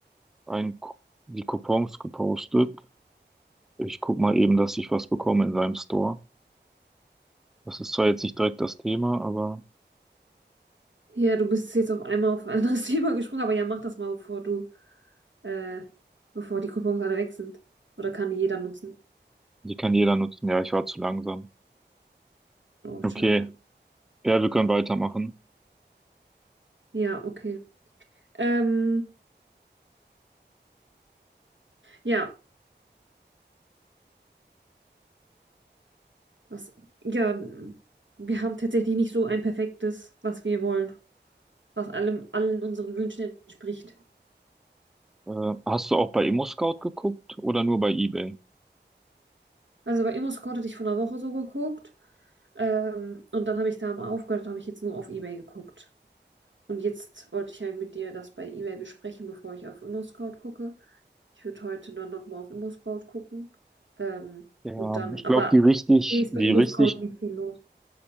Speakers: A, in the centre; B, on the right (about 85°).
A: ein, Ku- die Coupons gepostet. Ich guck mal eben, dass ich was bekomme in seinem Store. Das ist zwar jetzt nicht direkt das Thema, aber
B: Ja, du bist jetzt auf einmal auf ein anderes <laughs> Thema gesprungen, aber ja, mach das mal, bevor du äh, bevor die Coupons alle weg sind. Oder kann die jeder nutzen?
A: die kann jeder nutzen. Ja, ich war zu langsam.
B: Oh,
A: Okay,
B: schade.
A: ja, wir können weitermachen.
B: Ja, okay. Ähm, ja, was, ja, wir haben tatsächlich nicht so ein perfektes, was wir wollen, was allem, allen unseren Wünschen entspricht.
A: Äh, hast du auch bei ImmoScout geguckt oder nur bei eBay?
B: Also bei ImmoScout hatte ich vor einer Woche so geguckt, ähm, und dann habe ich da mal aufgehört, habe ich jetzt nur auf eBay geguckt. Und jetzt wollte ich halt mit dir das bei eBay besprechen, bevor ich auf ImmoScout gucke. Ich würde heute dann nochmal auf ImmoScout gucken. Ähm,
A: Ja,
B: und dann,
A: ich
B: aber
A: glaube, die richtig,
B: Nee, ist
A: die
B: bei ImmoScout
A: richtig,
B: nicht viel los.